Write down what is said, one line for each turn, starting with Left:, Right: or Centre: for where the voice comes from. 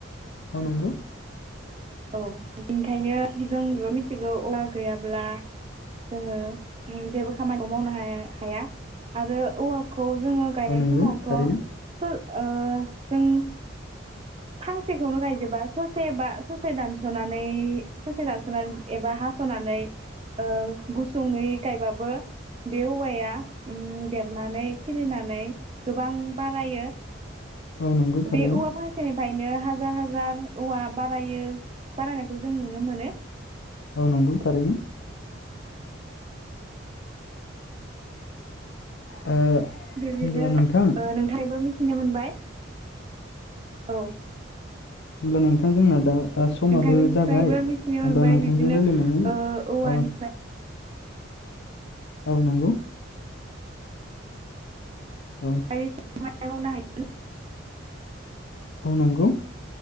Left: औ नंगौ।
Right: औ बेनिखायनो जों <inaudible> मिथिगौ औवा गैयाब्ला जोङो ओम जेबो खामानिखौ मावनो हाय हाया आरो औवा खौ जोङो गायनाय
Left: औ नंगौ
Right: समावथ
Left: थारैनो
Right: फो ओ जों फांसेखौनो गायजोबा ससे बा स से दानसनानै ससे दानसनानै एबा हासनानै ओ गुसुङै गायबाबो बे औवाया ओम देरनानै खिलिनानै गोबां बारायो।
Left: औ नंगौ थारैनो
Right: बे औवा फांसेनिफाय बिदिनो हाजार हाजार औवा बारायो। बारायनायखौ जों नुनो मोनो।
Left: औ नंगौ थारैनो। ओ
Right: बेदिनो
Left: होमब्ला नोंथां
Right: ओ नोंथाङबो मिथि। थिनो मोनबाय। औ।
Left: होमब्ला नोंथां जोंना दा ओ समाबो
Right: नोंथांनिफ्राइ
Left: जाबाय
Right: बो मिथिनो
Left: होमबा
Right: मोनबाय
Left: नोंथांजों
Right: बिदिनो
Left: रायलायनानै
Right: ओ औवानिफ्राय।
Left: औ औव नंगौ। औ
Right: बायदि खामानि मावनो हायो।
Left: औ नंगौ।